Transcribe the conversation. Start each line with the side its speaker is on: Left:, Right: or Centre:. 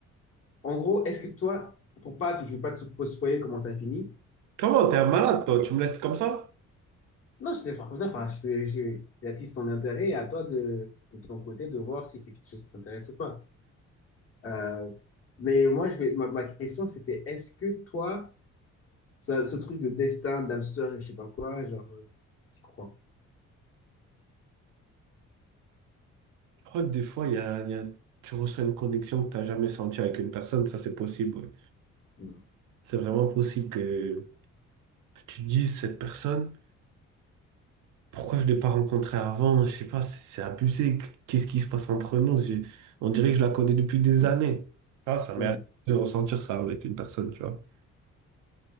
Left: En gros, est-ce que toi, pour pas, te- je veux pas te spo- spoiler comment ça finit.
Right: Comment t'es un malade, toi? Tu me laisses comme ça?
Left: Non, je te laisse voir comme ça. Enfin, je te- je- j'attise ton intérêt et à toi de, de ton côté de voir si c'est quelque chose qui t'intéresse ou pas. Euh, mais moi, je vais, ma, ma question, c'était est-ce que toi, ça, ce truc de destin, d'âme sœur et je sais pas quoi, genre, euh, t'y crois?
Right: Je crois que des fois, il y a, il y a- tu ressens une connexion que tu n'as jamais sentie avec une personne, ça c'est possible. ouais.
Left: Mm.
Right: C'est vraiment possible que, que tu te dises, cette personne, pourquoi je ne l'ai pas rencontrée avant? Je sais pas, c'est c'est abusé. Qu'est-ce qui se passe entre nous? J'ai- On dirait que je la connais depuis des années. Ah, ça m'est
Left: Ouais.
Right: arrivé de ressentir ça avec une personne, tu vois.